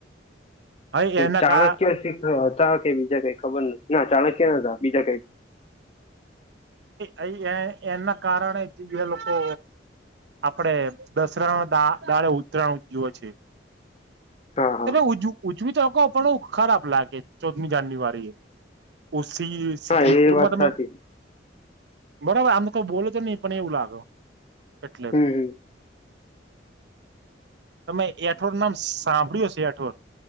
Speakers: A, on the right; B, on the left.
A: હા એના
B: ચાણક્ય
A: કા
B: શીખ હતા કે બીજા કઈ ખબર નથી ના ચાણક્ય નતા બીજા કઈ
A: અ એ એના કારણેજ એ લોકો આપડે દસરાા દાળે ઉત્તરાયણ જુએ છેએ
B: હા હા
A: એ ઉજવી તકો પણ ખરાબ લાગે ચૌદમી જાન્યુઆરી ઓ સ સપરમાં
B: હા એ વાત
A: તમે
B: સાચી
A: બરોબર આમ તો કઈ બોલો નહી પણ એવું લાગે એટલે.
B: હમ હમ
A: તમે એઠોર નામ સાંભળ્યું છે એઠોર